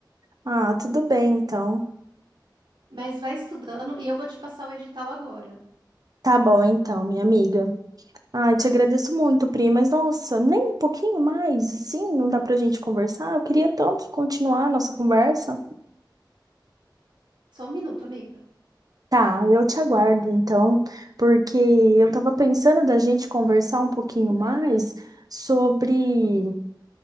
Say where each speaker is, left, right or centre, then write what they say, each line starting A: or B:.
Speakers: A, on the right (about 55°); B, on the right (about 80°).
A: Ah, tudo bem, então.
B: Mas vai estudando e eu vou te passar o edital agora.
A: Tá bom, então, minha amiga. Ah, te agradeço muito, Pri, mas nossa, nem um pouquinho mais, assim, não dá pra gente conversar? Eu queria tanto continuar a nossa conversa.
B: Só um minuto, amiga.
A: Tá, eu te aguardo então, porque eu tava pensando da gente conversar um pouquinho mais sobre.